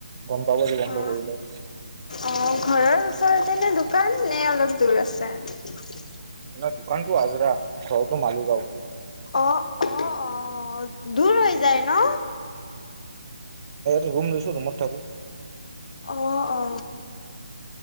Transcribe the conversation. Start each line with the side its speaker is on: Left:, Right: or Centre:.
Right: গম পাব যে বন্ধ
Left: অ'।
Right: কৰিলে।
Left: অ, ঘৰৰ ওচৰতে নে দোকান নে অলপ দূৰ আছে? উম।
Right: ন দোকানটো আজৰা, ঘৰটো মালি গাওঁ।
Left: অ- অ- অ, দূৰ হৈ যায় ন?
Right: ৰুম লৈছোঁ, ৰুমত থাকোঁ।
Left: অ- অ।